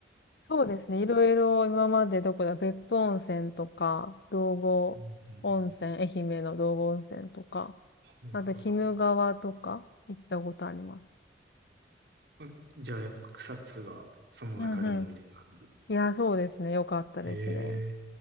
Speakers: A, on the left; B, on the right.
A: そうですね、いろいろ今までどこだ、別府温泉とか、道後温泉、
B: うんうん。
A: 愛媛の道後温泉とか、
B: はいはいはい。
A: あと、鬼怒川とか行ったことあります。
B: あじゃあやっぱ草津がその中でもみたいな感じ。
A: うんうん。いや、そうですね。よかったですね。
B: へえ。